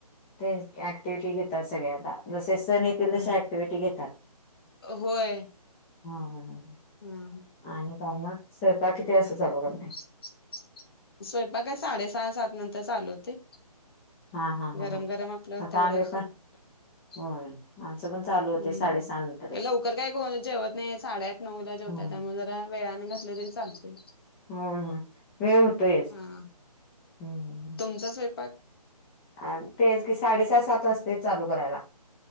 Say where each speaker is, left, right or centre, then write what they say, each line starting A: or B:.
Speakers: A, on the left; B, on the left.
A: ते ऍक्टिव्हिटी घेतात सगळे आता, जसे सण येतील तसे
B: हा.
A: ऍक्टिव्हिटी घेतात.
B: होय
A: हा हाय हाय
B: हम्म हम्म
A: आणि काय मग, स्वयंपाक किती वाजता चालू करण
B: <unintelligible> स्वयंपाक काय साडे सहा, सात नंतर चालू होते.
A: हा हा हा
B: गरम
A: हा
B: गरम आपलं
A: आता
B: तेवढं
A: आम्ही पण
B: हम्म,
A: होय आमचं पण चालू होते साडेसहा नंतरच
B: लवकर काय को जेवत नाही साडे आठ नऊला जेवतात,
A: होय.
B: त्यामुळे जरा वेळाने घातले तरी चालते.
A: होय होय, वेळ होतोयच
B: हा
A: हम्म.
B: तुमचा स्वयपाक?
A: अ तेच की, साडे सा सात वाजते चालू करायला.